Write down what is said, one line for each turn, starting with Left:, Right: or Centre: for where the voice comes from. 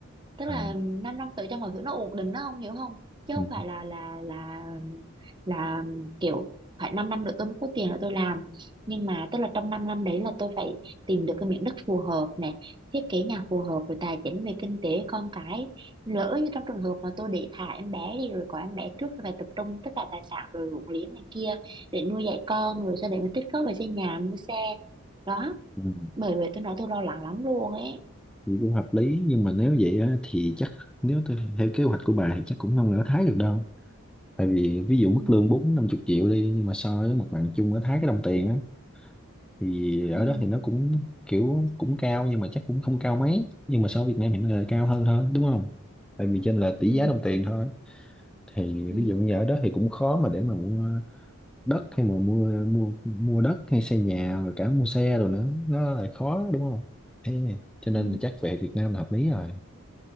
Right: tức
Centre: à,
Right: là 5 năm năm tới cho mọi thứ nó ổn định nó không hiểu không chứ
Centre: ừ,
Right: không phải là là là là kiểu phải 5 năm năm nữa tôi mới có tiền là tôi làm nhưng mà tức là trong 5 năm năm đấy là tôi phải tìm được cái miếng đất phù hợp này thiết kế nhà phù hợp rồi tài chính về kinh tế con cái lỡ như trong trường hợp mà tôi để thả em bé đi rồi có em bé trước thì phải tập trung tất cả tài sản rồi ruộng liếng này kia để nuôi dạy con rồi sau đấy mới tích góp về xây nhà mua xe đó
Centre: ừ,
Right: bởi vậy tôi nói tôi lo lắng lắm luôn ấy
Centre: thì cũng hợp lý nhưng mà nếu vậy á, thì chắc nếu tôi theo kế hoạch của bà thì chắc cũng không ở Thái được đâu tại vì ví dụ
Right: ừ,
Centre: mức lương bốn năm chục triệu đi nhưng mà so với mặt bằng chung ở Thái cái đồng tiền á thì ở
Right: ừ,
Centre: đó thì nó cũng kiểu cũng cao nhưng mà chắc cũng không cao mấy nhưng mà so với Việt Nam hiện nay là cao hơn thôi đúng không tại vì trên là tỷ
Right: ừ.
Centre: giá đồng tiền thôi thì
Right: Ừ,
Centre: ví dụ như ở đó thì cũng khó mà để mà mua đất hay mà mua mua mua đất hay xây nhà rồi cả mua xe rồi nữa nó lại khó đúng không thế cho
Right: ừ,
Centre: nên là chắc về Việt Nam là hợp lý rồi